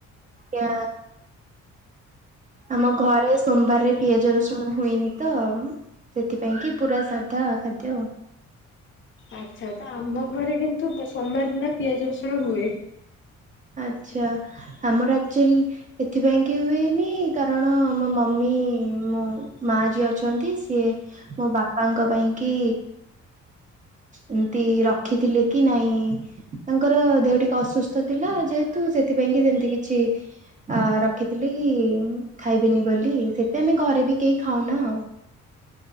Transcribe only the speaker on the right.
ଆଜ୍ଞା ଆମ ଘରେ। ସୋମବାରରେ ପିଆଜ ରସୁଣ ହୁଏନି ତ ସେଥିପାଇଁ କିି ପୁରା ସାଧା ଖାଦ୍ୟ।
ଆଛା ଆମର ଆକ୍ଚୁଲ। ଏଥିପାଇଁ କି ହୁଏନି କାରଣ ମୋ ମମି ମୋ ମା ଯିଏ ଅଛନ୍ତି ସିଏ। ମୋ ବାପାଙ୍କ ପାଇଁ କି। ଏମିତି ରଖିଥିଲେ କି ନାଇଁ ତାଙ୍କର ଦେହ ଟିକେ ଅସୁସ୍ଥ। ଥିଲା ଯେହେତୁ ସେଥିପାଇଁ କି ସେମତି କିଛି। ଅ ରଖିଥିଲି ଖାଇବିନି ବୋଲି ସେଥି ଆମେ ଘରେ ବି କେହି ଖାଉନା ଆଉ।